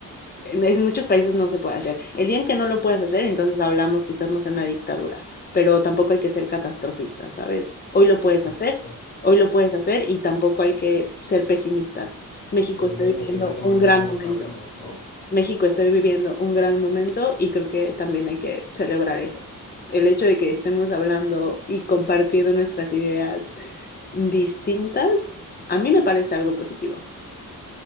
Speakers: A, on the left; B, on the left.
A: en, en muchos países no se puede hacer. El día en que no lo puedas hacer, entonces hablamos si estamos en una dictadura, pero tampoco hay que ser catastrofistas, ¿sabes? Hoy lo puedes
B: exacto.
A: hacer, hoy lo puedes hacer y tampoco hay que ser pesimistas. México
B: Pero
A: está
B: el día
A: viviendo
B: de, el día de mañana
A: un gran
B: no
A: momento.
B: sabemos, ¿no?
A: México está viviendo un gran momento y creo que también hay que celebrar eso. El hecho de que estemos hablando y compartiendo nuestras ideas distintas, a mí me parece algo positivo.